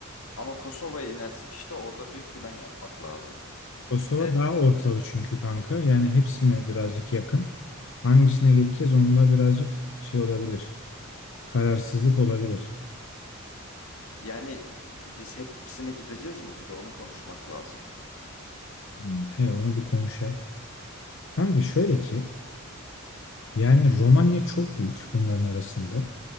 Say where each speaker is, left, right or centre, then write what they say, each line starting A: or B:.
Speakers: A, on the left; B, on the left.
A: Ama Kosova'ya inersek işte orada bir plan yapmak lazım.
B: Kosova
A: Bir de
B: daha ortalı çünkü kanka. Yani hepsine birazcık yakın. Hangisine geçeceğiz onda birazcık şey olabilir. Kararsızlık olabilir.
A: yani biz hepsine gideceğiz mi? Bir de onu konuşmak lazım.
B: Hı. He onu bir konuşak. Kanka şöyle ki Yani Romanya çok büyük bunların arasında.